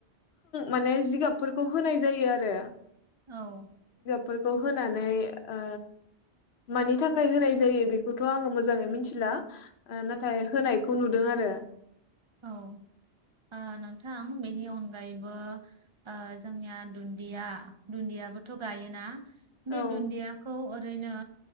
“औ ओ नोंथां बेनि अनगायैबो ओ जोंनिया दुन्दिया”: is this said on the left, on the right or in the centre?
Right